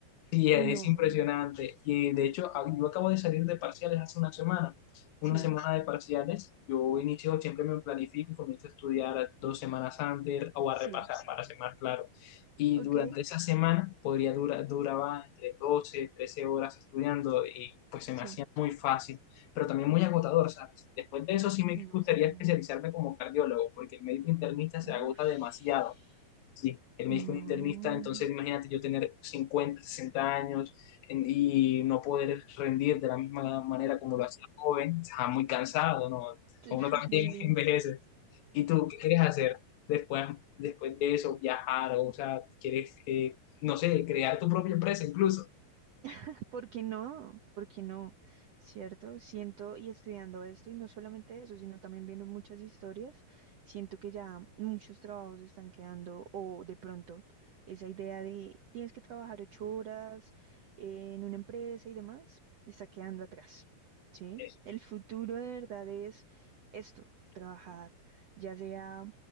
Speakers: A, on the left; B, on the right.
A: Sí,
B: No.
A: es impresionante. Y de hecho, a- yo acabo de salir de parciales hace una semana. Una
B: Sí,
A: semana de parciales, yo inicio, siempre me planifico y comienzo a estudiar dos semanas antes o
B: sí.
A: a repasar para ser más claro. Y
B: Ok.
A: durante esa semana podría durar, duraba entre 12 13 horas estudiando y pues se me
B: Sí.
A: hacía muy fácil, pero también muy agotador, ¿sabes? Después de eso sí me
B: No.
A: gustaría especializarme como cardiólogo, porque el médico internista se
B: Ush.
A: agota demasiado. Sí, el médico
B: No.
A: es internista, entonces imagínate yo tener 50 60 años en- y no poder rendir de la misma manera como lo hacía joven, está muy cansado, ¿no?
B: <laughs> Claro,
A: Uno también
B: Luis.
A: <laughs> envejece. ¿Y tú qué quieres hacer después, después de eso? ¿Viajar? O, sea, ¿quieres, eh, no sé, crear tu propia empresa incluso?
B: <laughs> porque no? porque no? ¿Cierto? Siento y estudiando esto, y no solamente eso, sino también viendo muchas historias, siento que ya muchos trabajos están quedando, o de pronto esa idea de tienes que trabajar ocho horas eh, en una empresa y demás, está quedando atrás, ¿sí?
A: Eh,
B: El futuro de verdad es esto, trabajar, ya sea